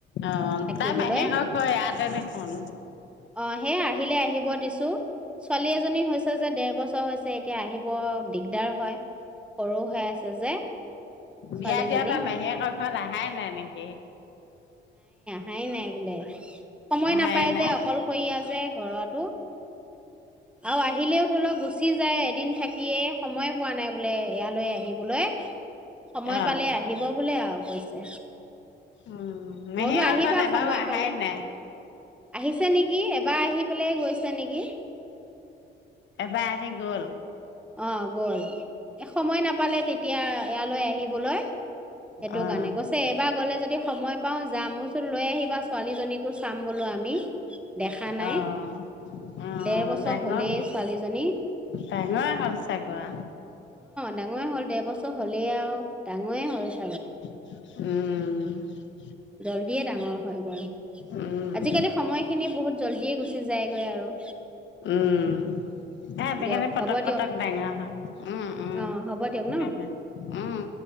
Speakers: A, on the left; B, in the centre.
A: অ',
B: থাকিবলৈ
A: তাই মাহীয়েকৰ ঘৰ ইয়াতে দেখোন।
B: আহ স আহিলে আহিব দিছো ছোৱালী এজনী হৈছে যে দেৰ বছৰ হৈছে এতিয়া আহিব দিগদাৰ হয় সৰু হৈ আছে যে ছোৱালীজনী
A: বিয়া দিয়া পা মাহিয়েকৰ আহাই নাই তেনেকে
B: নাই নাই বোলে সময়
A: আহাই
B: নাপাই
A: নাই
B: যে অকলশৰীয়া যে ঘৰুৱটো আৰু আহিলেও ধৰি লওক গুচি যায় এদিন থাকিয়ে সময় পোৱা নাই বোলে ইয়ালৈ আহিবলৈ সময়
A: অ',
B: পালে আহিব বোলে আৰু কৈছে
A: উম
B: মই
A: মেহেঙৰ
B: বোলো আহিবা
A: ঘলোই এবাৰো
B: সময়
A: আহা
B: পালে
A: নাই
B: আহিছে নেকি এবাৰ আহি পেলাই গৈছা নেকি
A: এবাৰ আহি গ'ল
B: অ গল সময় নাপালে তেতিয়া ইয়ালৈ আহিবলৈ। সেইটো
A: অ',
B: কাৰণে কৈছে এইবাৰ গ'লে যদি সময় পাও যাম মইচোন লৈ আহিবা ছোৱালীজনীক। চাম বোলো আমি। দেখা নাই
A: অ', অ',
B: দেৰ বছৰ
A: ডাঙৰ
B: হলেই ছোৱালীজনী।
A: ডাঙৰে হ'ল চাগোৱা।
B: ডাঙৰেই হ'ল। দেৰ বছৰ হ'লেই আৰু তা মোৰেই হয়।
A: উম। উম।
B: জল্ডিয়ে ডাঙৰ হয় গ'ল
A: উম,
B: আজিকালি সময়খিনি বহুত। জল্ডীয়ে গুচি যায়গৈ আৰু।
A: উম এয়া আজিকালি
B: দিয়ক
A: পটক
B: হ'ব
A: পটক
B: দিয়ক
A: ডাঙৰ হয় উম উম
B: অঁ হ'ব দিয়ক ন
A: সবৰে উম।